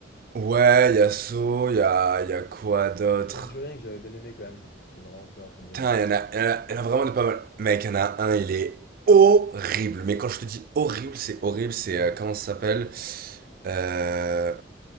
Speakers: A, on the right (about 50°); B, on the left (about 55°).
A: Ouais,
B: Mais...
A: y a Saw, y a, y a quoi d'autre?
B: Conjuring, j'avais bien aimé quand même, ça fait vraiment peur, Conjuring.
A: Putain, y en a, y en a, y en a vraiment des pas mal. Mec, y en a un, il est horrible. Mais quand je te dis horrible, c'est horrible, c'est,
B: Ah ouais.
A: euh, comment ça s'appelle? Euh,